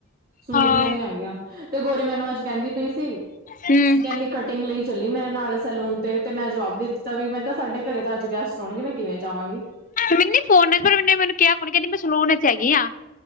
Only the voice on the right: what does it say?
ਸੁਣਦੀਆਂ
ਨੀ ਹੈਗੀਆਂ ਤੇ ਗੋਰੀ ਮੈਨੂੰ ਅੱਜ ਕਹਿੰਦੀ ਪਈ ਸੀ
ਕਹਿੰਦੀ ਕਟਿੰਗ ਲਈ ਚੱਲੀ ਮੇਰੇ ਨਾਲ ਸਲੂਨ ਤੇ। ਤੇ ਮੈਂ ਜਵਾਬ ਦੇ ਦਿੱਤਾ ਵੀ ਮੈਂ ਕਿਹਾ ਸਾਡੇ ਘਰੇ ਤਾਂ ਅੱਜ ਗੈਸਟ। ਆਉਣ ਗੇ ਮੈਂ ਕਿਵੇਂ ਜਾਵਾਂਗੀ